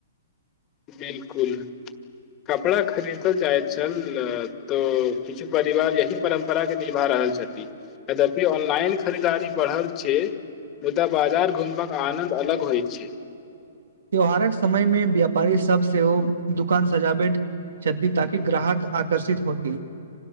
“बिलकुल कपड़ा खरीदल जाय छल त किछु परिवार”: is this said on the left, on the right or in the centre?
Left